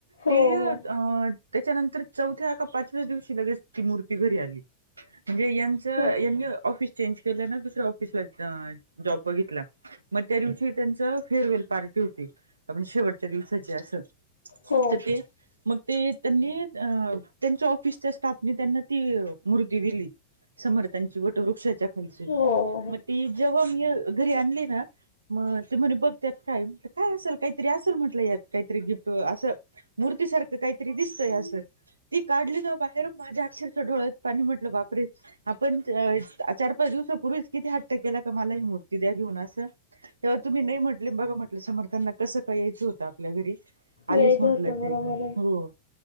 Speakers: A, on the left; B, on the right.
A: हो
B: ते
A: हो
B: त्याच्यानंतर चौथ्या का पाचव्या दिवशी लगेच ती मुर्ती घरी आली म्हणजे यांचं
A: हो
B: यांनी ऑफिस चेंज केले ना ऑफिस जॉब बघितला मग त्या दिवशी त्यांच फेअरवेल पार्टी होतीण शेवच्या दिवसाचे अस
A: हो
B: तर ते मग ते त्यांनी त्यांच्या ऑफिसच्या स्थापने त्यांना ती मुूर्ती दिली. समर्थांची वटवृक्षाच्या खालचे
A: हो
B: म ती जेव्हा मी घरी आणली ना मग ते म्हणे बघ त्यात काय म्हट काय असेल काहीतरी असेल म्हटलं यात काहीतरी गिफ्ट असं. मूर्तीसारखं काहीतरी दिसतय असं.? ती काढली ना बाहेर माझ्या अक्षरचं डोळ्यात पाणी म्हटलं बापरे, आपण चार पाच दिवसापूर्वीच किती हट्ट केला कामाला ही मूर्ती द्या घेऊन असं. तेव्हा तुम्ही नाही म्हटले बघा म्हटलं समर्थांना कसं काय यायचं होतं आपल्या घरी आलीच
A: यायचं
B: म्हटलं
A: होतं
B: ते
A: बरोबर
B: हो.?
A: आहे.